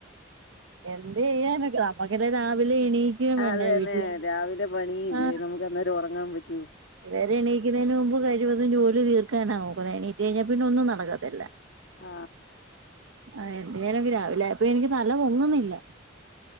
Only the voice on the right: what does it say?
എന്ത് ചെയ്യാന നമുക്കല്ല രാവില എണീക്ക വേണ്ട
വീട്ടില
ആ
ഇവരെ എണീക്കുന്നതിന് മുമ്പ് കാര്യമൊന്നും ജോലി തീർക്കാനാ നോക്കുന്നത് എണീറ്റ് കഴിഞ്ഞൽ പിന്നെ ഒന്നും നടക്കാത്തില്ല
ആ എന്റൊലംക്ക് രാവിലെ ആപ്പൊ എനിക്ക് തല പൊങ്ങുന്നില്ല